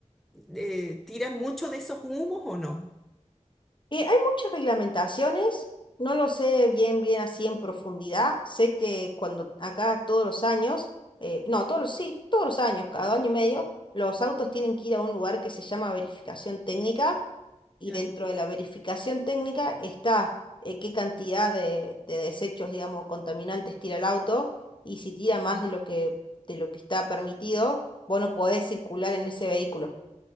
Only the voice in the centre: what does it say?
eh, tiran mucho de esos humos o no?
Claro.
Mm.